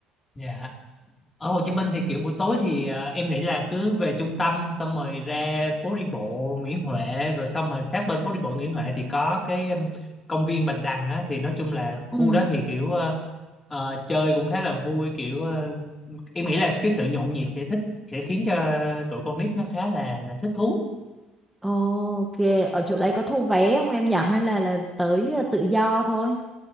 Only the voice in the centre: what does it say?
Ừ.
Ok, ở chỗ đấy có thu vé không em nhỏ hay là là tới ờ, tự do thôi?